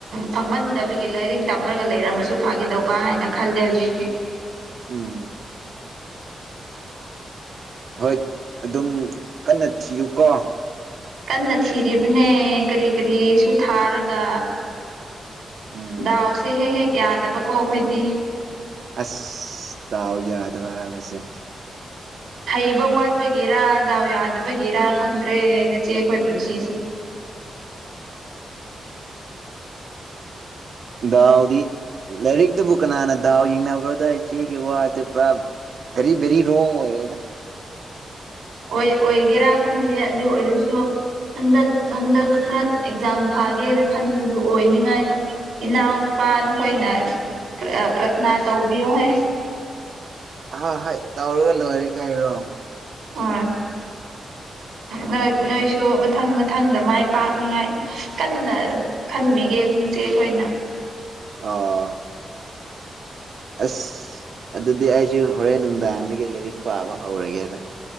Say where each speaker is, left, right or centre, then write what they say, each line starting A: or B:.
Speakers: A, on the right; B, on the right.
A: ꯐꯪꯍꯟꯗꯕꯒꯤ ꯂꯥꯏꯔꯤꯛ ꯇꯝꯃꯔꯒ ꯂꯩꯔꯝꯃꯁꯨ ꯐꯥꯒꯗꯧꯕ ꯍꯥꯏꯅ ꯈꯜꯂꯦ ꯍꯧꯖꯤꯛꯇꯤ <unintelligible>
B: ꯎꯝ ꯍꯣꯏ ꯑꯗꯨꯝ ꯀꯟꯅ ꯊꯤꯌꯨꯀꯣ
A: ꯀꯟꯅ ꯊꯤꯔꯤꯕꯅꯦ ꯀꯔꯤ ꯀꯔꯤꯁꯨ
B: ꯎꯝ
A: ꯊꯥꯔꯒ
B: ꯎꯝ
A: ꯗꯥꯎꯁꯦ ꯍꯦꯛ ꯍꯦꯛ ꯌꯥꯗꯕꯀꯣ ꯑꯩꯈꯣꯏꯗꯤ
B: ꯑꯁ ꯗꯥꯎ ꯌꯥꯗꯕ ꯍꯥꯏꯕꯁꯦ
A: ꯍꯩꯕ ꯋꯥꯠꯄꯒꯤꯔꯥ ꯗꯥꯎ ꯌꯥꯗꯕꯒꯤꯔ ꯈꯪꯗ꯭ꯔꯦ ꯅꯆꯦ ꯑꯩꯈꯣꯏ ꯄꯨꯟꯁꯤꯁꯦ <inaudible>
B: ꯗꯥꯎꯗꯤ ꯂꯥꯏꯔꯤꯛ ꯇꯕꯨ ꯀꯅꯥꯅ ꯗꯥꯎ ꯌꯦꯡꯅꯕ꯭ꯔꯣꯗ ꯏꯆꯦꯒꯤ ꯋꯥꯗꯨꯕꯣ ꯕꯦꯔꯤ ꯕꯦꯔꯤ ꯔꯣꯡ ꯑꯣꯏꯔꯦꯗ
A: ꯍꯣꯏ ꯑꯣꯏꯒꯦꯔꯥ ꯈꯪꯗꯦ ꯑꯗꯨ ꯑꯣꯏꯔꯁꯨ ꯍꯟꯗꯛ ꯍꯟꯗꯛ ꯈꯔ ꯑꯦꯛꯖꯥꯝ ꯊꯥꯒꯦꯅ ꯈꯟꯕꯗꯨ ꯑꯣꯏꯅꯤꯉꯥꯏꯅ ꯏꯅꯥꯎꯅꯨ ꯃꯕꯥ ꯅꯈꯣꯏꯅ ꯄ꯭ꯔꯊꯅꯥ ꯇꯧꯕꯤꯌꯣꯍꯦ
B: ꯍꯣꯏ ꯍꯣꯏ ꯇꯧꯔꯒ ꯂꯣꯏꯔꯦ ꯀꯩꯔꯣ
A: ꯑꯥ ꯅꯣꯏ ꯅꯣꯏꯁꯨ ꯃꯊꯪ ꯃꯊꯪꯗ ꯃꯥꯏ ꯄꯥꯛꯅꯤꯉꯥꯏ ꯀꯟꯅ ꯈꯟꯕꯤꯒꯦ ꯆꯦꯈꯅ
B: ꯑꯥ ꯑꯁ ꯑꯗꯨꯗꯤ ꯑꯩꯁꯨ ꯍꯣꯔꯦꯟ ꯅꯨꯡꯗꯥꯡꯗꯒꯤ ꯂꯤꯔꯤꯛ ꯄꯥꯕ ꯍꯧꯔꯒꯦꯗ